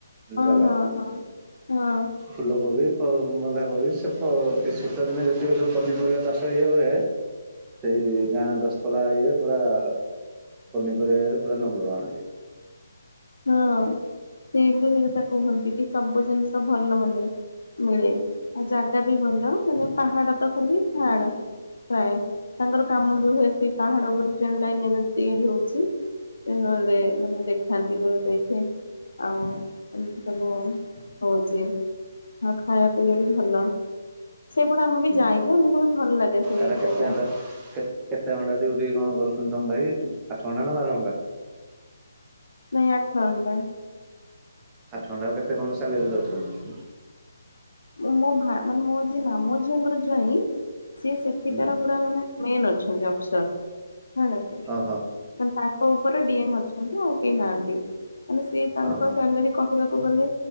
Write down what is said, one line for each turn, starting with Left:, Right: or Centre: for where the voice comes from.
Left: ହଁ
Right: ଜାଗା
Left: ହଁ ହଁ ହଁ
Right: ଫୁଲକୋବି ବନ୍ଧାକୋବି ସେ ଶୀତଦିନେ ଯେତିକି ସବୁ ପନିପରିବା ଚାଷ ଇଏ ହୁଏ ସେଇ ଗାଁ ଦଶପଲ୍ଲା ଇଏ ପୁରା ପନିପରିବା ଇଏରେ ପୁରା ନମ୍ବର ୱାନ୍ ଜେ
Left: ହଁ ସେ ବି ସେକଥା କୁହନ୍ତି କି ସବୁ ଜିନିଷ ଭଲ ମାନେ ମିଳେ ଆଉ ଜାଗା ବି ଭଲ ମାନେ ପାହାଡ ତ ଖାଲି ପାହାଡ ପ୍ରାୟ ତାଙ୍କର କାମ ବି ହୁଏ ସେଇ ପାହାଡ ଉପରେ ଟ୍ରେନ ଲାଇନ ଏବେ ତିଆରି ହଉଛି ରେ ମାନେ ଦେଖାନ୍ତି ଦଗ ଦେଖେ ଆଉ ଏମିତି ସବୁ ହଉଛି ହଁ ଖାଇବା ପିଇବା ବି ଭଲ ସେପଟେ ଆମେ ବି
Right: ହୁଁ
Left: ଯାଇକି ଆମକୁ ଭଲ ଲାଗେ ସେ
Right: ଏରା
Left: ଏରିଆ
Right: କେତେ
Left: ଟା
Right: ଘଣ୍ଟା କେତେ ଘଣ୍ଟା ଡିଉଟି କଣ କରୁଛନ୍ତି ତମ ଭାଇ ଆଠ ଘଣ୍ଟା ନା ବାର ଘଣ୍ଟା
Left: ନାଇଁ ଆଠ ଘଣ୍ଟା
Right: ଆଠ ଘଣ୍ଟା କୁ କେତେ କଣ ସାଲେରି ଦଉଛନ୍ତି
Left: ମୋ ଭା ମାନେ ମୋର ଯିଏ ମାମୁଁ ଝିଅଙ୍କର ଜ୍ବାଇଁ ସିଏ ସେଠିକାର
Right: ହୁଁ
Left: ପୁରା ମାନେ ମେନ ଅଛନ୍ତି ଅଫିସର ହେଲାକି
Right: ଓହୋ
Left: ମାନେ ତାଙ୍କ ଉପରେ ଡିଏମ ଅଛନ୍ତି ଆଉ କେହି ନାହାନ୍ତି ମାନେ ସିଏ ତାଙ୍କ
Right: ଓହୋ
Left: ସାଲାରୀ କ ଦେଖିବାକୁ ଗଲେ